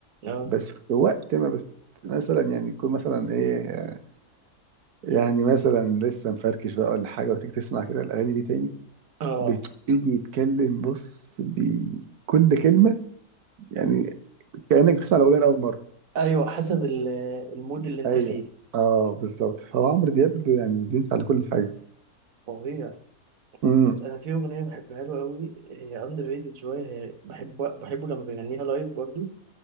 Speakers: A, on the right; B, on the right.
A: اه
B: بس وقت ما بس مثلا يعني يكون مثلا ايه يعني مثلا لسه مفركش بقى ولا حاجه وتيجي تسمع كده الاغاني دي تاني
A: اه
B: بتلاقيه بيتكلم بص بكل كلمه يعني كانك بتسمع الاغنيه لاول مره
A: ايوه حسب ال- المود اللي انت
B: ايوه
A: فيه
B: اه بالظبط فهو عمرو دياب يعني بينفع لكل حاجه
A: فظيع فظيع
B: امم.
A: انا في اغنيه بحبها له قوي هي اندر ريتد شويه هي بحب بحبه لما بيغنيها لايف برضه